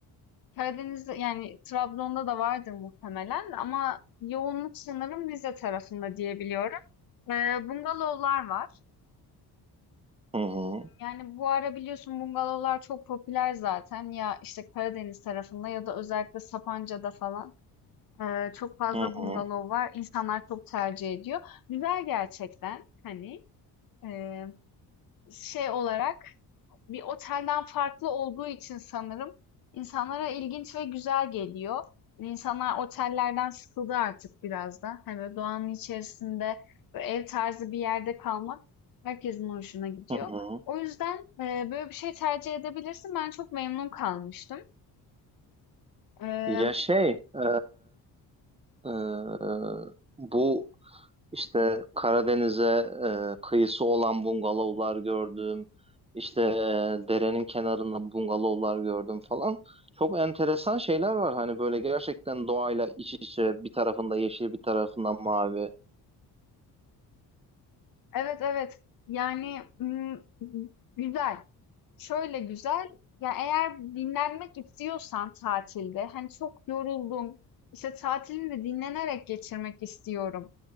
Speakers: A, on the left; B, on the right.
A: Karadeniz'de yani Trabzon'da da vardır muhtemelen ama yoğunluk sanırım Rize tarafında diyebiliyorum. Ee, bungalovlar var.
B: hı hı,
A: Yani bu ara biliyorsun bungalovlar çok popüler zaten ya işte Karadeniz tarafında ya da özellikle Sapanca'da falan. Eee, çok fazla
B: hı
A: bungalov
B: hı,
A: var. İnsanlar çok tercih ediyor. Güzel gerçekten. Hani eee, şey olarak bir otelden farklı olduğu için sanırım insanlara ilginç ve güzel geliyor. İnsanlar otellerden sıkıldı artık biraz da. Hani böyle doğanın içerisinde böyle ev tarzı bir yerde kalmak herkesin hoşuna gidiyor.
B: hı hı.
A: O yüzden eee, böyle bir şey tercih edebilirsin. Ben çok memnun kalmıştım. Eee,
B: Ya şey, e, e, bu İşte Karadeniz'e e, kıyısı olan bungalovlar gördüm. İşte e, derenin kenarında bungalovlar gördüm falan. Çok enteresan şeyler var. Hani böyle gerçekten doğayla iç içe bir tarafında yeşil bir tarafında mavi.
A: evet evet. Yani mm, Güzel. Şöyle güzel, ya eğer dinlenmek istiyorsan tatilde, hani çok yoruldum, işte tatilini de dinlenerek geçirmek istiyorum.